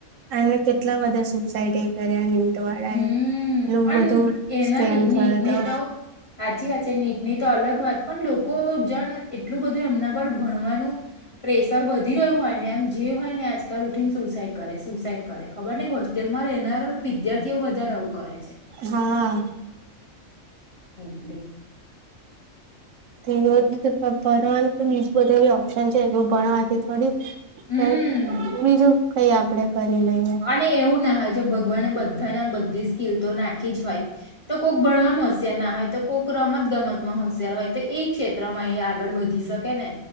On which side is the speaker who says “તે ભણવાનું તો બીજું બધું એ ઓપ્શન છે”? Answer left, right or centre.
Right